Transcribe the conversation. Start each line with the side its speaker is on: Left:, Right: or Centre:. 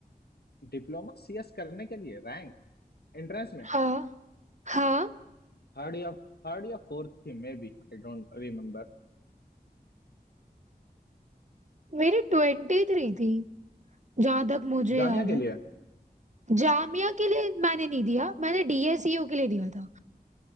Left: डिप्लोमा सीएस करने के लिए रैंक एंट्रेंस में
Right: हाँ हाँ
Left: थर्ड या थर्ड या फोर्थ थी maybe I don't remember
Right: मेरी ट्वेंटी थ्री थी जहां तक मुझे
Left: Jamia
Right: याद
Left: के
Right: है
Left: लिए
Right: जामिया के लिए मैंने नहीं दिया मैंने डीएसयू के लिए दिया था